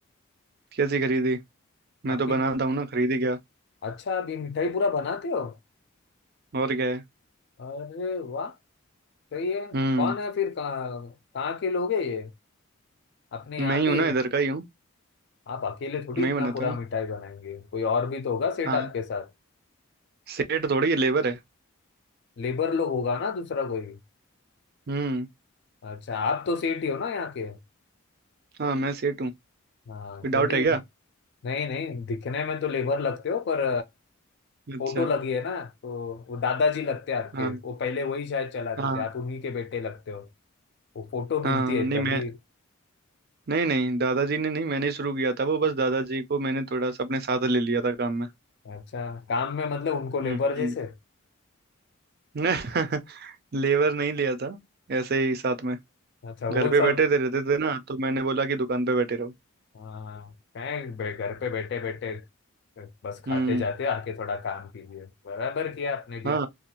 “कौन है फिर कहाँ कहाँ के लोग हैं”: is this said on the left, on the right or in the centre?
Left